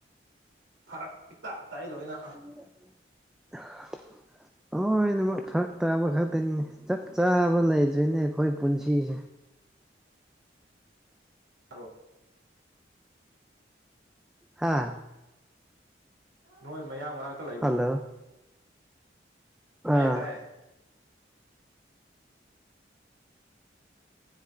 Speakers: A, on the right; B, in the centre.
A: ꯐꯔꯛ ꯏꯇꯥ ꯇꯥꯏ ꯂꯣꯏꯅ
B: <unintelligible> ꯂꯣꯏꯅꯃꯛ ꯐꯔꯛ ꯇꯥꯕ ꯈꯛꯇꯅꯤ ꯆꯞ ꯆꯥꯕ ꯂꯩꯇ꯭ꯔꯤꯅꯦ ꯑꯩꯈꯣꯏ ꯄꯨꯟꯁꯤꯁꯦ
A: ꯇꯥꯕꯔꯣ
B: ꯍꯥꯥ
A: ꯅꯣꯏ ꯃꯌꯥꯡ ꯃꯅꯥꯛꯇ ꯂꯩ
B: ꯍꯜꯂꯣ ꯑꯥ
A: ꯇꯥꯏꯌꯦ